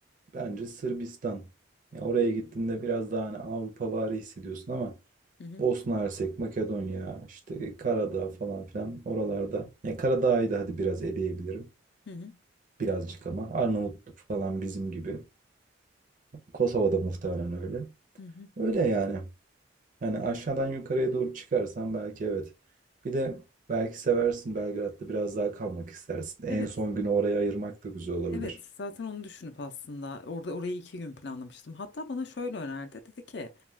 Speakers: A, on the right (about 40°); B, on the left (about 60°).
A: bence Sırbistan. Ya oraya gittiğinde biraz daha hani Avrupavari hissediyorsun ama
B: Hı hı.
A: Bosna Hersek, Makedonya, işte Karadağ falan filan oralarda. Ya Karadağ'ı da hadi biraz eleyebilirim.
B: Hı hı.
A: Birazcık ama Arnavutluk falan bizim gibi. Kosova'da muhtemelen öyle.
B: Hı hı.
A: Öyle yani. Yani aşağıdan yukarıya doğru çıkarsan belki evet. Bir de belki seversin Belgrad'da biraz daha kalmak istersin. En
B: Evet.
A: son günü oraya ayırmak da güzel olabilir.
B: Evet, zaten onu düşünüp aslında orada orayı iki gün planlamıştım. Hatta bana şöyle önerdi. Dedi ki